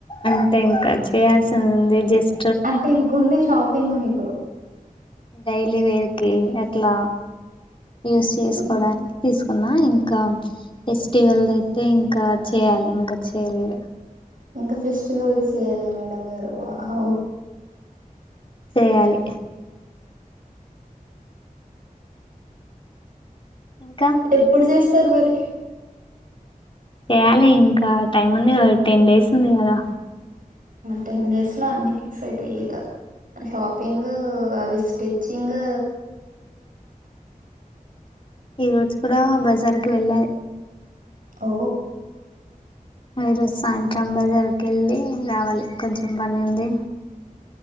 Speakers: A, on the left; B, on the right.
A: అంటే ఇంకా చేయాల్సింది ఉండి జస్ట్
B: అంటే ఇంకుంది షాపింగ్ మీకు
A: డైలీవేరికి అట్లా యూస్ చేసుకోవడానికి
B: మ్మ్.
A: తీసుకున్నా ఇంకా ఇంకా ఫెస్టివల్ అయితే ఇంకా చేయాలి ఇంకా చేయలేదు.
B: ఇంకా ఫెస్టివల్ది చేయాలి మేడం గారు వావ్
A: చేయాలి ఇంకా
B: ఎప్పుడు చేస్త సర్వరి
A: చేయాలి ఇంకా టైమ్ ఉంది కదా. టెన్ డేస్ ఉంది కదా.
B: టెన్ డేస్ లో అన్ని ఫిక్స్ అయితాయి. ఇక షాపింగ్ అవి స్టిచ్చింగ్
A: ఈ రోజు కూడా బజార్కి వెళ్ళాలి.
B: ఓ
A: ఈరోజు సాయంత్రం బజారికి వెళ్ళి రావాలి. కొంచెం పని ఉంది.